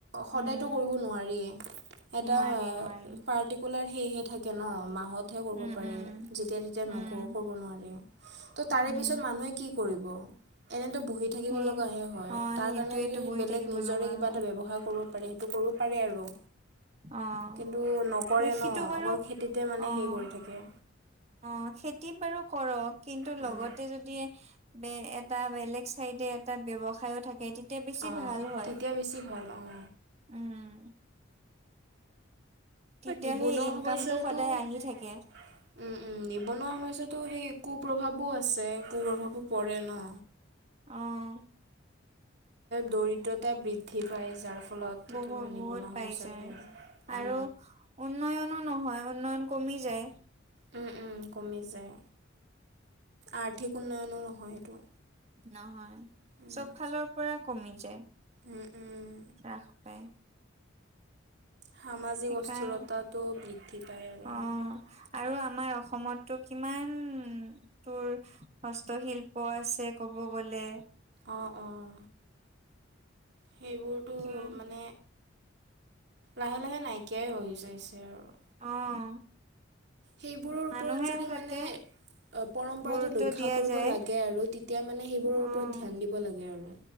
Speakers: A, on the right; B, on the right.
A: সদায়তো
B: উম,
A: কৰিব নোৱাৰিয়ে। এটা
B: নোৱাৰি নোৱাৰি
A: পাৰ্টিকুলাৰ সেহে থাকে ন মাহতহে কৰিব
B: উম,
A: পাৰি।
B: উম,
A: যেতিয়া তেতিয়া
B: উম,
A: নক কৰিব নোৱাৰি ত তাৰে
B: উম,
A: পিছত মানুহে কি, কৰিব এনেতো বহি থাকিব
B: সেই
A: লগা হে হয়
B: অ',
A: তাৰ
B: সেইটোৱেতো
A: কাৰণে য
B: বহি
A: বেলেগ
B: থাকিব
A: নিজৰে
B: লগা
A: কিবা
B: হয়
A: এটা ব্যৱসায় কৰিব পাৰে সেইটো কৰিব পাৰে আৰু
B: অ',
A: কিন্তু নকৰে
B: কৃষিটো
A: ন
B: বাৰু
A: অকল খেতিতে মানে
B: অ',
A: সেই কৰি থাকে
B: অ খেতি বাৰু কৰক কিন্তু
A: উম,
B: লগতে যদি ব এটা বেলেগ চাইডে এটা ব্যৱসায় ও থাকে তেতিয়া বেছি
A: অঁ
B: ভাল হয়।
A: তেতিয়া বেছি ভাল অঁ
B: উম, তেতিয়া
A: নিবনুৱা
B: সেই ইনকামটো
A: সমস্যা
B: সদায়
A: টো আহ
B: আহি থাকে।
A: ওম ওম নিবনুৱা সমস্যাতটো সেই কু প্ৰভাৱো আছে কুপভাৱো পৰে ন <inaudible>
B: অঁ
A: দৰিদ্ৰতা বৃদ্ধি পায় যাৰ ফলত ফলত
B: বহুত
A: এইটো নিবনুৱা
B: বহুত পাই
A: সমস্যাৰ
B: যায়
A: সে হয়
B: আৰু উন্নয়নো নহয় উন্নয়ন কমি যায়
A: ওম ওম কমি যায় আৰ্থিক উন্নয়নো নহয় সেইটো
B: নহয়
A: উম,
B: চব ফালৰ পৰা কমি যায়
A: উম, উম।
B: হাস পায়
A: সামাজিক
B: সেইকাৰ
A: অস্থিৰতাটো বৃদ্ধি পায় আৰু
B: অ',
A: এনেুৱা
B: আৰু আমাৰ অসমতটো কিমান তোৰ হস্তশিল্প আছে তে ক'ব গ'লে
A: অঁ অঁ সেইবোৰতো
B: কিম
A: মানে লাহে লাহে নাইকিয়াই হৈ যাইছে আৰু
B: অ',
A: সেইবোৰৰ ওপৰত
B: মানুহে
A: যদি
B: তাতে
A: মানে পৰম্পৰাটো
B: গুৰুত্ব
A: লক্ষ্য
B: দিয়া
A: কৰিব
B: যায়
A: লাগে আৰু তেতিয়া মানে সেইবোৰৰ
B: অ',
A: ওপৰত ধ্যান দিব লাগে আৰু